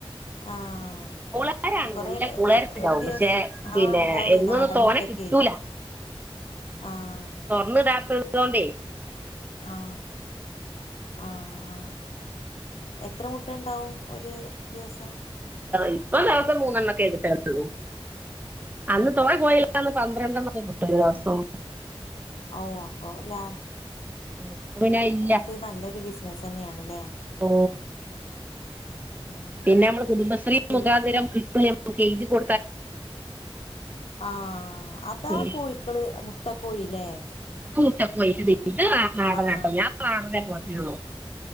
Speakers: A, on the left; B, on the right.
A: ആഹ്
B: കുളരാണ്
A: കൊറെ
B: നല്ല കുളര്
A: ഒരു
B: ണ്ടാവും
A: ഒരു ദിവസം
B: പക്ഷെ പിന്നെ
A: ആഹ് ഇണ്ടാവേ
B: എന്നൊന്നു
A: നാടൻ
B: തോന
A: മുട്ടക്കെ
B: ക് ട്ടൂല
A: ആഹ്
B: തൊർന്ന് ടാത്ത് തോണ്ടെ
A: ആഹ് ആ ആ എത്ര മുട്ടണ്ടാവും ഒര് ദിവസം
B: ഇപ്പൊ ദിവസം മൂന്നെണ്ണ ക്കെ കിട്ടള്ളൂ അന്ന്
A: ആഹ്
B: തോന കോയ്യള് <unintelligible> പന്ത്രണ്ടെണ്ണം കിട്ടോ ഒരു ദിവസം
A: ഓ അപ്പൊ ല
B: ഇപ്പൊ പിന്നെ ഇല്ല
A: നല്ലൊരു ബിസിനസ് തന്നെയാണ്ല്ലേ
B: ഓ
A: ഉം
B: പിന്നെ
A: ഉം
B: നമ്മള് കുടുംബശ്രീ
A: പിന്നെ
B: മുഖാന്തരം ഓക്കെ എഴുതി കൊ
A: ആഹ് അതാ
B: ഉം.
A: കോഴിക്കള് മുട്ട കോഴിലേ
B: <unintelligible> നാടനാട്ടോ
A: ആഹ്
B: ഞാൻ പോ <unintelligible>